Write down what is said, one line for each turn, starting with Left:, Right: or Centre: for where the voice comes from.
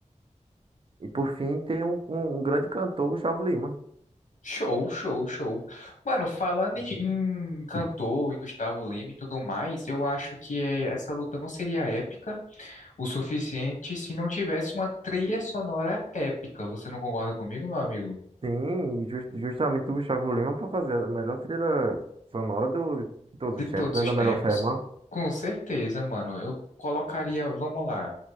Right: e por fim tem um, um, um grande cantor, Gustavo Lima.
Left: show, show, show. Mano, falando em, em cantor, em Gustavo Lima e tudo mais, eu acho que eh, essa luta não seria épica O suficiente se não tivesse uma trilha sonora épica. Você não concorda comigo, meu amigo?
Right: Sim, jus- justamente o Gustavo Lima para fazer a melhor trilha sonora do, de todos
Left: De
Right: os
Left: todos
Right: tempos, né?
Left: os
Right: Da
Left: tempos?
Right: melhor forma.
Left: Com certeza, mano. Eu colocaria, vamos lá.